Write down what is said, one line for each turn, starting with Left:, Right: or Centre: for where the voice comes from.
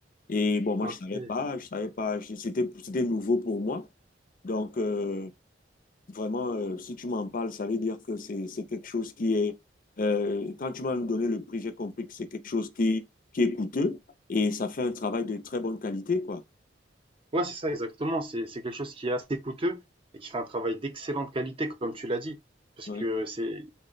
Left: Et bon, moi,
Right: ok.
Left: je savais pas, je savais pas, je- c'était, c'était nouveau pour moi. Donc, euh, vraiment, euh, si tu m'en parles, ça veut dire que c'est, c'est quelque chose qui est, euh, quand tu m'as donné le prix, j'ai compris que c'est quelque chose qui, qui est coûteux et ça fait un travail de très bonne qualité, quoi.
Right: Ouais, c'est ça, exactement. C'est c'est quelque chose qui est assez coûteux et qui fait un travail d'excellente qualité, comme tu l'as dit. Parce
Left: Ouais,
Right: que euh, c'est,